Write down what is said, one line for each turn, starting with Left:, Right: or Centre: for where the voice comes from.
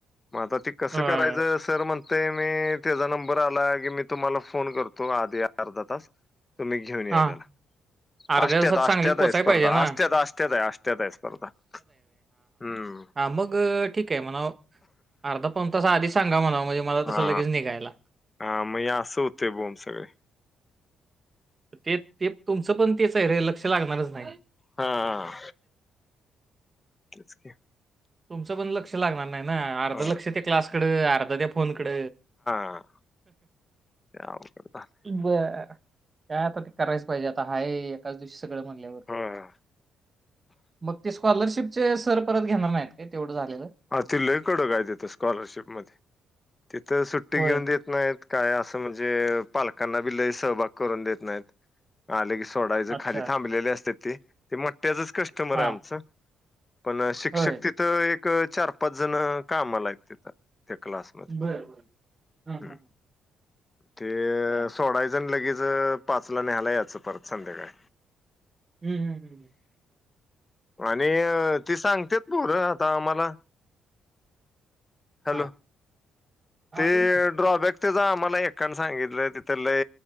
Left: मग आता ती कसं
Right: अ,
Left: करायचं तर म्हणतय मी तेचा नंबर आला की मी तुम्हाला फोन करतो आधी अर्धा तास तुम्ही घेऊन या
Right: हां.
Left: त्याला.
Right: अर्ध्या
Left: आष्ट्यात
Right: तासात
Left: आष्ट्यात
Right: सांगलीत पोहोचायला
Left: आहे स्पर्धा
Right: पाहिजे ना?
Left: आष्ट्यात आष्ट्यात आहे आष्ट्यात स्पर्धा हम.
Right: हा मग ठीक आहे म्हणाव अर्धा पावन तास आधी सांगा म्हणाव म्हणजे मला तसं
Left: हा
Right: लगेच निघायला.
Left: हा म य असं हुतय बोंब सगळ.
Right: ते ते तुमचं पण तेच आहे रे लक्ष लागणारच नाही.
Left: हां, तेचं की.
Right: तुमचं पण लक्ष लागणार नाही ना
Left: होय.
Right: आर्ध लक्ष त्या क्लासकड आर्ध त्या फोन कड.
Left: हां लय आवाघड झालय.
Right: बर काय आता ते करायच पाहिजे आता हाय त्याच दिवशी सगळं म्हणल्यावर,
Left: होय.
Right: मग ते स्कॉलरशिपचे सर परत घेणार नाहीत. हे तेवढं झालेलं.
Left: हा ते लय कडक हाय तिथं स्कॉलरशिप मध्ये, तिथं सुट्टी
Right: होय
Left: घेऊन देत नाहीत काय असं म्हणजे पालकांना बी लई सहभाग करून देत नाहीत आले की सोडायच
Right: अच्छा
Left: खाली थांबलेले असत्यात ती ते मो्ट्याचच कस्टमर
Right: हा
Left: आहे आमचं. पण शिक्षक
Right: होय
Left: तिथं एक चार पाच जण काम आलाय हायत तिथं. त्या क्लासमध्ये
Right: बर बर हा हा
Left: हम्.
Right: हा.
Left: ते
Right: अच्छा
Left: सोडायचं अन् लगेच अ पाचला न्यायला यायचं परत संध्याकाळी
Right: हम्, हम हं, हं
Left: आणि अ ती सांगत्यात पोरं आता आम्हाला हॅलो
Right: हा,
Left: ते
Right: हा बोल की
Left: ड्रॉबॅक त्याच आम्हाला एकानं सांगितलं तिथ लै